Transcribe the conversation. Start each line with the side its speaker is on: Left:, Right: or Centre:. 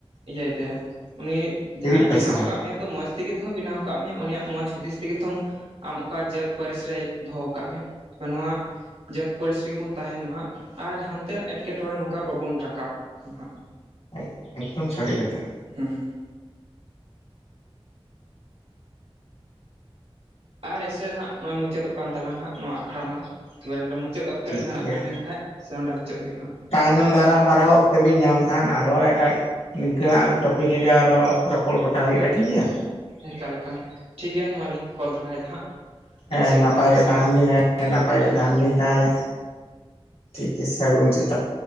Right: ᱤᱭᱟᱹᱭ ᱛᱟᱭᱟ ᱩᱱᱤ ᱡᱟᱦᱟᱸᱭ
Left: ᱦᱤᱨᱤᱡ ᱯᱟᱹᱥᱤᱨᱟ
Right: ᱵᱮᱱᱟᱣ ᱟᱠᱟᱫ ᱢᱮᱭᱟ ᱛᱚ ᱢᱚᱸᱡᱽ ᱛᱮᱜᱮ ᱛᱮᱦᱚᱸ ᱵᱮᱱᱟᱣ ᱟᱠᱟᱫ ᱢᱮᱭᱟ ᱩᱱᱤᱭᱟᱜ ᱢᱚᱸᱡᱽ ᱦᱩᱫᱤᱥ ᱛᱮᱜᱮ ᱛᱚ ᱟᱢ ᱚᱠᱟ ᱡᱟᱹᱛ ᱯᱟᱹᱨᱤᱥ ᱨᱮᱭ ᱫᱚᱦᱚ ᱠᱟᱜ ᱢᱮᱭᱟ ᱛᱚᱵᱮ ᱱᱚᱣᱟ ᱡᱟᱹᱛ ᱯᱟᱹᱨᱤᱥ ᱨᱮᱜᱮ ᱵᱚᱱ ᱛᱟᱦᱮᱸᱱ ᱢᱟᱦᱟᱸᱜ ᱟᱨ ᱦᱟᱸᱱᱛᱮ ᱱᱟᱜ ᱮᱸᱴᱠᱮᱴᱚᱬᱮ ᱱᱚᱝᱠᱟ ᱵᱟᱵᱚᱱ ᱨᱟᱠᱟᱵ ᱱᱟᱦᱟᱜ᱾
Left: ᱮᱠ ᱮᱠᱫᱚᱢ ᱥᱟᱹᱨᱤ ᱠᱟᱛᱷᱟ᱾
Right: ᱦᱩᱸ ᱦᱩᱸ ᱟᱨ ᱮᱥᱮ ᱦᱟᱸᱜ ᱱᱚᱜ-ᱚᱭ ᱢᱩᱪᱟᱹᱫᱚᱜ ᱠᱟᱱ ᱛᱟᱞᱟᱝ ᱦᱟᱸᱜ ᱱᱚᱣᱟ ᱟᱠᱷᱲᱟ ᱢᱟ᱾ ᱛᱚᱵᱮ ᱱᱚᱰᱮ ᱢᱩᱪᱟᱹᱫ ᱚᱠ ᱚᱠᱛᱮ
Left: ᱴᱷᱤᱠ
Right: ᱨᱮ ᱡᱟᱦᱟᱸᱱᱟᱜ
Left: ᱜᱮᱭᱟ
Right: ᱵᱮᱱ ᱢᱮᱱᱠᱷᱟᱡ ᱥᱮ ᱚᱸᱰᱮ ᱢᱩᱪᱟᱹᱫ ᱦᱩᱭᱩᱜ-ᱟ ᱦᱟᱸᱜ᱾
Left: ᱛᱟᱭᱱᱚᱢ ᱫᱟᱨᱟᱢ ᱟᱨᱦᱚᱸ ᱚᱠᱛᱮ ᱵᱤᱱ ᱧᱟᱢ ᱠᱷᱟᱱ ᱟᱨᱦᱚᱸ ᱮᱴᱟᱜ ᱱᱤᱝᱠᱟᱹᱱᱟᱜ ᱟᱨ ᱴᱚᱯᱤᱠ ᱨᱮᱜᱮ ᱟᱨᱚ ᱨᱚᱯᱚᱲ ᱜᱚᱴᱟ ᱦᱩᱭᱩᱜ-ᱟ ᱴᱷᱤᱠ ᱜᱮᱭᱟ᱾
Right: ᱮᱠᱟᱞ ᱮᱠᱟᱞ ᱴᱷᱤᱠ ᱜᱮᱭᱟ ᱱᱚᱣᱟ ᱞᱤᱧ ᱠᱚᱞ ᱫᱚᱲᱦᱟᱭ ᱫᱟ ᱦᱟᱸᱜ᱾
Left: ᱦᱮᱸ
Right: ᱤᱧ ᱥᱮᱫ
Left: ᱱᱟᱯᱟᱭ
Right: ᱠᱷᱚᱡ ᱟᱭᱢᱟ
Left: ᱜᱮ
Right: ᱥᱟᱨᱦᱟᱣ
Left: ᱛᱟᱦᱮᱱ ᱵᱤᱱ ᱦᱮᱸ ᱱᱟᱯᱟᱭ ᱜᱮ
Right: ᱦᱩᱸ
Left: ᱛᱟᱦᱮᱱ
Right: ᱦᱩᱸ
Left: ᱵᱤᱱ ᱛᱟᱦᱚᱞᱮ᱾ ᱴᱷᱤᱠ ᱜᱮᱭᱟ ᱥᱟᱹᱜᱩᱱ ᱥᱮᱛᱟᱜ,